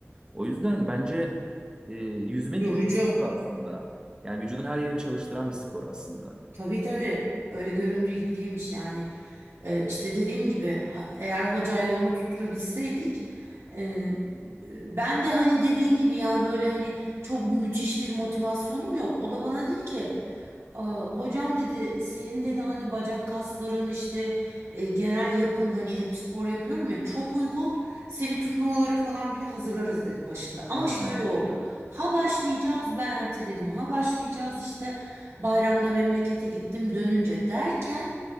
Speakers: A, on the right; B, on the right.
A: O yüzden bence e, yüzme
B: Yorucu.
A: gibi bir spor aslında. Yani vücudun her yerini çalıştıran bir spor aslında.
B: Tabii tabii öyle göründüğü gibi değilmiş yani Ee, işte dediğim gibi ha- eğer hocayla onu tutturabilseydik e, ben de hani dediğin gibi yani böyle hani çok müthiş bir motivasyonum yok o da bana dedi ki "Aa, hocam dedi senin dedi hani bacak kasların işte e, genel yapın hani hep spor yapıyorum ya çok uygun seni turnuvalara falan bile hazırlarız dedi başında ama
A: Ya.
B: şöyle oldu ha başlayacağız ben erteledim ha başlayacağız işte Bayramda memlekete gittim dönünce derken